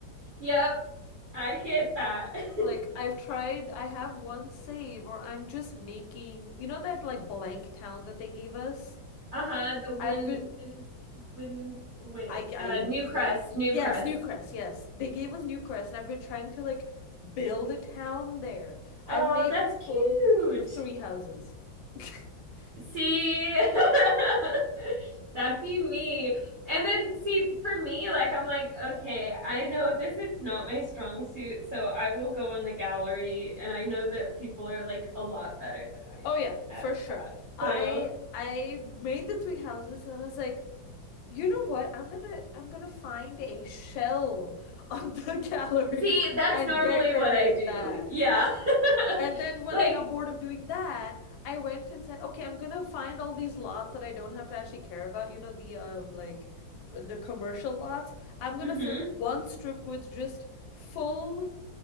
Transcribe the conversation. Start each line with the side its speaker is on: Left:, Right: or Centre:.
Right: Yep. I get that. <laughs>
Left: Like I've tried, I have one save, or I'm just making, you know that like blank town that they gave us?
Right: Uh-huh. The win
Left: I've been,
Right: wins win wait.
Left: I, I,
Right: Uh New
Left: re-
Right: Crest, New
Left: yes,
Right: Crest.
Left: Newcrest, yes. They gave us Newcrest, and I've been trying to like build a town there. I've
Right: Oh,
Left: made
Right: that's
Left: a
Right: cute.
Left: total of three houses. <laughs>
Right: See, <laughs> that'd be me. And then, see, for me, like, I'm like, okay, I know this is not my strong suit, so I will go on the gallery, and I know that people are like a lot better than I
Left: Oh yeah, for
Right: am at
Left: sure.
Right: that.
Left: I
Right: So,
Left: I made the three houses and I was like, you know what? I'm gonna I'm gonna find a shell on the <laughs> gallery
Right: see, that's
Left: and
Right: normally
Left: decorate
Right: what I do.
Left: that.
Right: Yeah. <laughs>
Left: And then when
Right: like,
Left: I got bored of doing that, I went and said, okay, I'm gonna find all these lots that I don't have to actually care about. You know, the um like r- the commercial lots. I'm gonna
Right: mm-hmm.
Left: fill one strip with just full